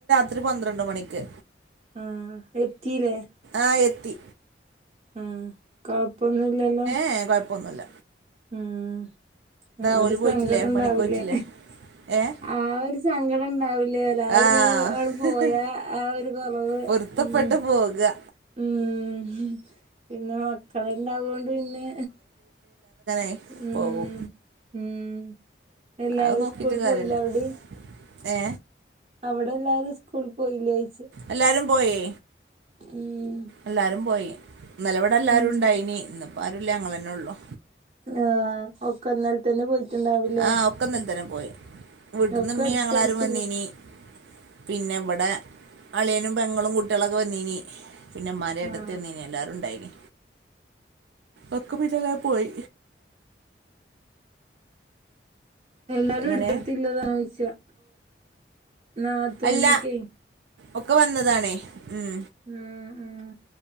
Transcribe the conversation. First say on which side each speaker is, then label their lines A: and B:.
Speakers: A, on the right (about 75°); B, on the right (about 35°).
A: ത്രി പന്ത്രണ്ട് മണിക്ക്
B: ആ എത്തീല്ലേ
A: ആ എത്തി
B: ആ കൊഴപ്പൊന്നുംല്ലല്ലോ
A: ഏ കുഴപ്പൊന്നുല്ല
B: ഉം ആ ഒരു
A: ഓല് പോയിട്ടില്ലേ
B: സങ്കടം ണ്ടാവില്ലേ
A: പണിക്ക് പോയിട്ടില്ലേ ഏഹ്
B: ആ ഒരു സങ്കടം ഉണ്ടാവില്ല ഇല്ലേ ഒരാള്
A: ആഹ്
B: ഇങ്ങനെണ്ട് പോയാ ആ ഒരു കുറവ്
A: പൊരുത്തപ്പെട്ട്
B: ഉം
A: പോക
B: ഉം പിന്നെ മക്കള് ഇണ്ടാവോണ്ട് പിന്നെ
A: പിന്നെ
B: ഉം
A: പോകും
B: ഉം എല്ലാരും
A: അത് നോക്കിട്ട്
B: സ്കൂള്
A: കാര്യല്ല
B: പോയ്ലെ അവ്ടിം
A: ഏ
B: അവിടെ എല്ലാരും സ്കൂളി പോയില്ലേ <unintelligible>
A: എല്ലാരും പോയേ
B: ഉം
A: എല്ലാരും പോയി ഇന്നലവിടെ എല്ലാരും
B: ഉം
A: ഇണ്ടായിനി ഇന്നിപ്പ ആരുല്ലേ അങ്ങളന്നെ ഉള്ളു
B: ആ ഒക്കെന്നലത്തന്നെ പോയിട്ടുണ്ടാവില്ലേ
A: ആ ഒക്കെ ഇന്നലെ തന്നെ പോയി വീട്ടിന്ന്
B: ആ ഒക്കട്ത്തട്ത്തില്ലേ
A: ഇമ്മീം ഞങ്ങളാരും വന്നീനി പിന്നെ ഇവിടെ അളിയനും പെങ്ങളും കുട്ടികളൊക്കെ വന്നീനി പിന്നെ മ്മാന്റെ ഏട്ടത്തി
B: ആ
A: വന്നീന് എല്ലാരുണ്ടായിനി ഒക്ക പിന്നെല്ലാരും പോയി
B: എല്ലാരും
A: എങ്ങനെ
B: എടുത്തെടുത്തില്ല താമസിച്ചാ നാത്തൂനൊക്കെ
A: അല്ല ഒക്കെ വന്നതാണേ ഉം
B: ഉം ഉം